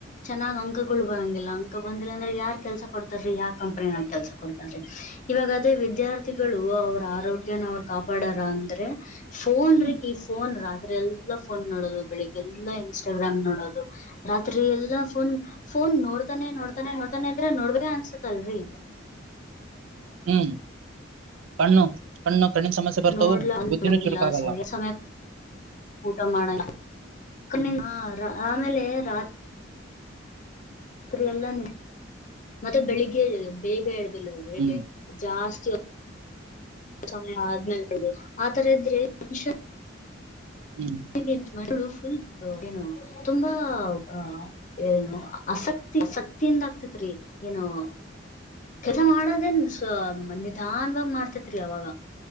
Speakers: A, on the left; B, on the right.
A: ಚೆನ್ನಾಗ್ ಅಂಕಗುಳ್ ಬರಂಗಿಲ್ಲ ಅಂಕ ಬಂದಿಲ್ಲ ಅಂದ್ರೆ ಯಾರ್ ಕೆಲ್ಸ ಕೊಡ್ತಾರೀ ಯಾ ಕಂಪ್ನಿನಾಗ್ ಕೆಲ್ಸ ಕೊಡ್ತಾರೀ? ಇವಾಗದೇ ವಿದ್ಯಾರ್ಥಿಗಳು ಅವ್ರ ಆರೋಗ್ಯನ ಅವ್ರ್ ಕಾಪಾಡಾರ ಅಂದ್ರೆ ಫೋನ್
B: ಹ್ಮ್
A: ರೀ ಈ ಫೋನ್ ರಾ ತ್ರಿ ಎಲ್ಲಾ ಫೋನ್ ನೋಡೋದು ಬೆಳಿಗ್ಗೆ ಎಲ್ಲಾ ಇನ್ಸ್ಟಾಗ್ರಾಮ್ ನೋಡೋದು ರಾತ್ರಿ ಎಲ್ಲಾ ಫೋನ್ ಫೋನ್ ನೋಡ್ತಾನೆ ನೋಡ್ತಾನೆ ನೋಡ್ತಾನೆ ಇದ್ರೆ ನೋಡ್ಬೇ ಅನ್ಸತಲ್ರಿ
B: ಹ್ಮ್ ಕಣ್ಣು ಕಣ್ಣು ಕಣ್ಣಿನ ಸಮಸ್ಯೆ ಬರ್ತಾವು
A: ನೋಡ್ಲನಂಗಿಲ್ಲ
B: ಬುದ್ಧಿನೂ ಚುರುಕಾಗಲ್ಲ
A: ಸರಿ ಸಮಯ್ ಊಟ ಮಾಡ <unintelligible>
B: ಹ್ಮ್
A: ಆಮೇಲೆ ರಾ ತ್ರಿಯೆಲ್ಲಾ ನಿ ಮತ್ತೆ ಬೆಳಿಗ್ಗೆ ಬೇಗ ಏಳದಿಲ್ಲ ಅವ್ರು
B: ಹ್ಮ್
A: ಲೇಟ್ ಜಾಸ್ ತಿ <unintelligible> ಆದ್ಮೇಲೆ <unintelligible> ಆತರ ಇದ್ರೆ ವಿಷ
B: ಹ್ಮ್
A: <unintelligible> ಫುಲ್ ಏನು ತುಂಬಾ ಅ ಏನು ಆಸಕ್ತಿ ಆಸಕ್ತಿಯಿಂದ ಆಗ್ತಿದ್ ತ್ರಿ ಏನೋ ಕೆಲ್ಲ ಮಾಡೋದೇನ್ ಸೊ ನಿಧಾನವಾಗ್ ಮಾಡ್ತೇತ್ರಿ ಅವಾಗ.